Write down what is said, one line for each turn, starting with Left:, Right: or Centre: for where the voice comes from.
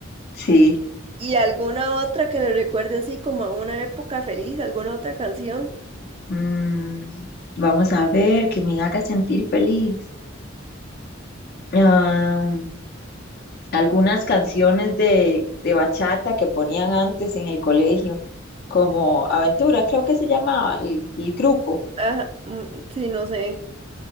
Left: Sí.
Right: ¿Y alguna otra que le recuerde así como a una época feliz? ¿Alguna otra canción?
Left: Mm, vamos a ver, que me haga sentir feliz. Ah, algunas canciones de, de bachata que ponían antes en el colegio, como Aventura, creo que se llamaba el, el grupo.
Right: Ajá, mm, sí, no sé,